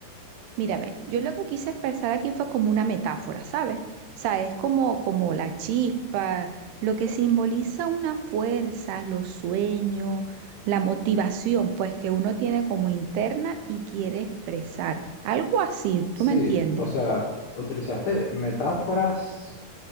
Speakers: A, on the right; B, on the left.
A: Mira, ve, yo lo que quise expresar aquí fue como una metáfora, ¿sabes? O sea, es como, como la chispa, lo que simboliza una fuerza, los sueños, la motivación, pues que uno tiene como interna y quiere expresar. Algo así,
B: Sí,
A: ¿tú me entiendes?
B: o sea, utilizaste metáforas